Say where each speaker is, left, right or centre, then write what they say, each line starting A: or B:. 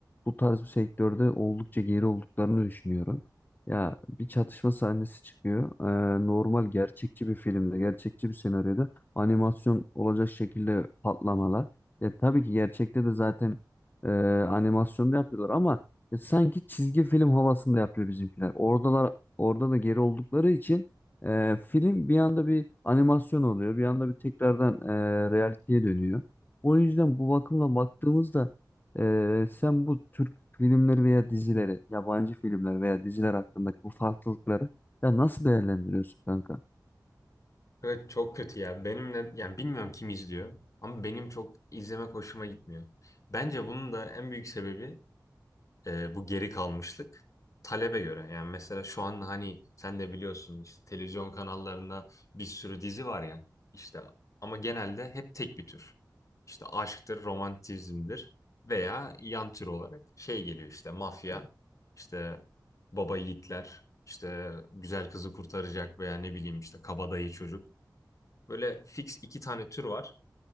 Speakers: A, on the left (about 25°); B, on the left (about 45°).
A: bu tarz bir sektörde oldukça geri olduklarını düşünüyorum. Ya bir çatışma sahnesi çıkıyor. Ee, normal gerçekçi bir filmde, gerçekçi bir senaryoda animasyon olacak şekilde patlamalar. Ya tabii ki gerçekte de zaten e, animasyonda yapıyorlar ama ya sanki çizgi film havasında yapıyor bizimkiler. Oradalar orada da geri oldukları için e, film bir anda bir animasyon oluyor, bir anda bir tekrardan e, realiteye dönüyor. O yüzden bu bakımla baktığımızda eee, sen bu Türk filmleri veya dizileri, yabancı filmler veya diziler hakkındaki bu farklılıkları ya nasıl değerlendiriyorsun kanka?
B: Evet çok kötü ya. Benimle yani bilmiyorum kim izliyor ama benim çok izlemek hoşuma gitmiyor. Bence bunun da en büyük sebebi e, bu geri kalmışlık talebe göre. Yani mesela şu an hani sen de biliyorsun işte televizyon kanallarında bir sürü dizi var ya işte ama genelde hep tek bir tür. İşte aşktır, romantizmdir veya yan tür olarak şey geliyor işte mafya, işte baba yiğitler, işte güzel kızı kurtaracak veya ne bileyim işte kabadayı çocuk. Böyle fix iki tane tür var.